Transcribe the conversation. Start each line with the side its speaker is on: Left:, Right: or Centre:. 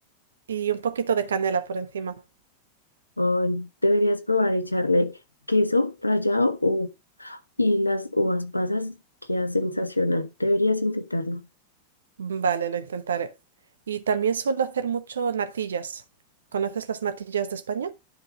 Right: Y un poquito de canela por encima.
Left: Ay, deberías probar echarle queso rallado u- y las uvas pasas, queda sensacional. Deberías intentarlo.
Right: Vale, lo intentaré. Y también suelo hacer mucho natillas. ¿Conoces las natillas de España?